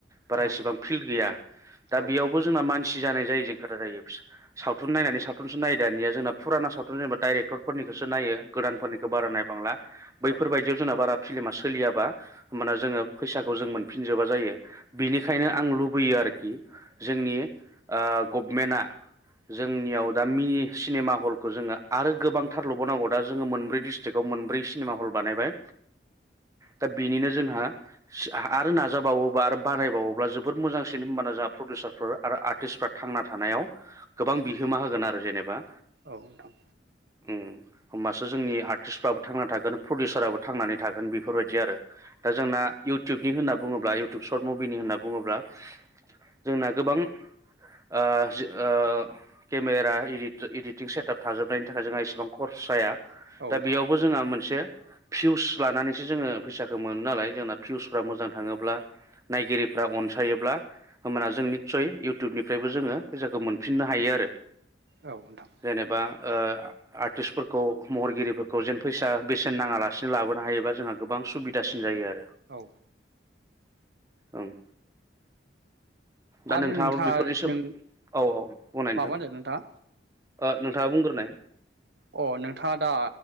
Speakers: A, on the right; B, on the right.
A: बारा
B: औ
A: एसेबां फिल्ड गैया दा
B: औ
A: बेयावबो जोंना मानसि जानाय जायो जों खोथा जायो सावथुन नायनानै सावथुन सावथुनखौसो नायो दानिया जोंना फुराना सावथुन डाइरेक्टरफोरनि बेखौसो नायो गोदानफोरनिखौ बारा नायबांला बैफोरबायदियाव
B: औ
A: जोंना बारा फिल्मा सोलियाबा माने जोङो फैसाखौ जों मोनफिनजोबा जायो बिनिखायनो आं लुबैयो आरोखि ओ जोंनि गभमेन्टआ जोंनियाव दा मिनि सिनेमा हलखौ जोङो आरो गोबां थारल' लुबावनांगौ दा जोङो मोनब्रै डिस्ट्रिक्आव मोनब्रै सिनेमा हल बानायबाय दा बिनिनो जोंहा आरो नाजाबावो बार बानायबावोब्ला जोबोर मोजांसिन होमबाना जोहा प्रडिउसारफोर आरो आर्टिस्टफ्रा थांना थानायाव गोबां बिहोमा होगोन आरो जेनेबा।
B: औ नोंथां।
A: ओं होमबासो जोंनि आर्टिस्फ्राबो थांना थागोन प्रडिउसाराबो थांनानै थागोन बेफोरबायदि आरो दा जोंना इउटुबनि होनना बुङोब्ला इउटुब सर्ट मुभिनि होनना बुङोब्ला जोंना गोबां ओ जि ओ केमेरा इदिट इदिटिं सेनटार थाजोबनायनि थाखाय जों एसे बां खरसाया
B: औ
A: दा
B: नोंथां
A: बेयावबो जोंहा मोनसे। फिउस लानानैसो जोङो फैसाखो मोनो नालाय जोंना फिउसफ्रा मोजां थाङोब्ला नायगिरिफ्रा अनसायोब्ला होमबाना जों निस्सय इउटुबनिफ्रायबो जोङो फैसाखौ मोनफिननो हायो आरो।
B: औ नोंथां।
A: जेनेबा ओ आर्टिस्टफोरखौ महरगिरिफोरखौ जेन फैसा बेसेन नाङालासिनो लाबोनो हायोबा जोंहा गोबां सुबिदासिन जायो आरो
B: औ।
A: ओं। दा
B: आरो
A: नोंथाङाबो
B: नोंथाङा
A: बेफोरनि सोमोन
B: नों
A: औ औ बुंनाय नोंथां।
B: माबा होनदों नोंथाङा
A: ओ नोंथाङा बुंग्रोनाय।
B: अ नोंथाङा दा।